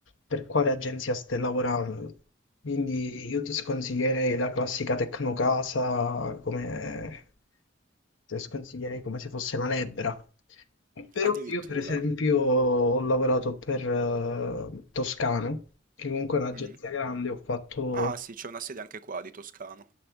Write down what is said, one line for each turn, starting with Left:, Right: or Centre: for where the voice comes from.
Left: per quale agenzia stai lavorando. Quindi io ti sconsiglierei la classica Tecnocasa come... Te sconsiglierei come se fosse la lebbra. Però
Right: Addirittura.
Left: io, per esempio, ho lavorato per eh, Toscano, che comunque è un'agenzia
Right: Mm.
Left: grande, ho fatto
Right: Ah sì, c'è una sede anche qua di Toscano.